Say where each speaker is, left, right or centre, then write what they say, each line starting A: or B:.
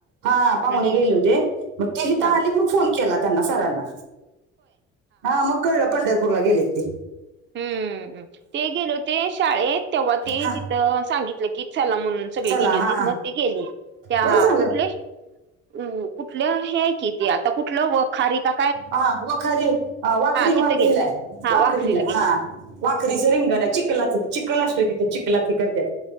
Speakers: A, on the right (about 70°); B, on the right (about 35°).
A: हा पाहुणे
B: हम्म
A: गेले होते. मग ते इंथ
B: हा
A: आली मग फोन केला. त्यांना सरांना हा मग कळलं पंढरपूरला गेलेते
B: हम्म ते गेले होते. शाळेत तेव्हा ते
A: हा
B: तिथं सांगितलं. की चला म्हणून सगळे
A: चला
B: गेले होते.
A: हा हा
B: मग ते गेले त्या
A: बरं झालं
B: कुठले! कुठलं हे कि ते आता कुठलं व खारीका
A: हा वखारी, वाखरी,
B: तिथं
A: वाखरी,
B: गेलं
A: लाय
B: हा
A: वाखरी
B: वाखरीला
A: ला.
B: गेलं
A: हा वाखरीचं रिंगन हे चखलाच, चिखल असतोय तिथं चिखलात ह करत.